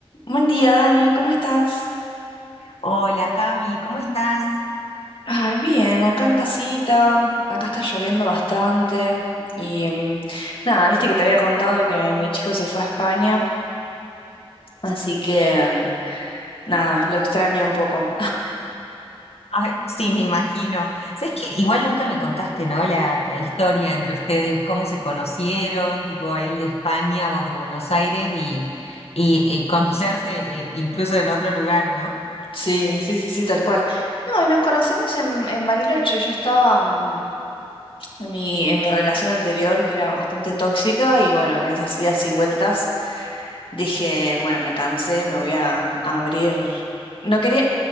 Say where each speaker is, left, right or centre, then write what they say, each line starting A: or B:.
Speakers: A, on the left; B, on the left.
A: Buen día, Dani, ¿cómo estás?
B: Hola Cami, ¿cómo estás?
A: Ay, bien, acá en casita, acá está lloviendo bastante y mm, nada, viste que te había contado que mi chico se fue a España, así que mm, nada, lo extraño un poco.
B: Ay, sí, me imagino. ¿Sabés que Igual nunca me contaste, ¿no? La, la historia entre ustedes, cómo se conocieron, tipo él de España, vos de Buenos Aires y, y, eh, conocerse eh, incluso en otro lugar, ¿no?
A: <laughs> Sí, sí, sí, sí, tal cual. No, y nos conocimos en, en Bariloche, yo estaba mm, en mi, en mi relación anterior que era bastante tóxica y bueno, en esas idas y vueltas dije, bueno, me cansé, me voy a abrir. No quería,